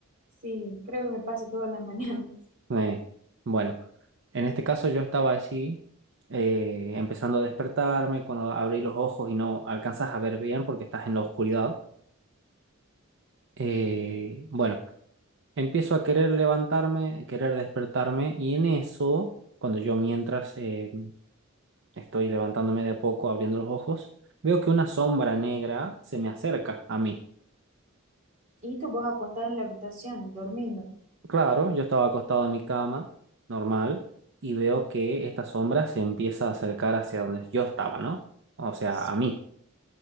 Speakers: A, on the right; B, on the right.
A: Sí, creo que me pasa todas las <laughs> mañanas.
B: Eh, bueno, en este caso yo estaba así, eh, empezando a despertarme, cuando abrí los ojos y no alcanzas a ver bien porque estás en la oscuridad. Eh, bueno, empiezo a querer levantarme, querer despertarme y en eso, cuando yo mientras... eh, Estoy levantándome de a poco, abriendo los ojos. Veo que una sombra negra se me acerca a mí.
A: Y tú vos acostado en la habitación, durmiendo.
B: Claro, yo estaba acostado en mi cama, normal, y veo que esta sombra se empieza a acercar hacia donde yo estaba, ¿no? O sea,
A: Sí.
B: a mí.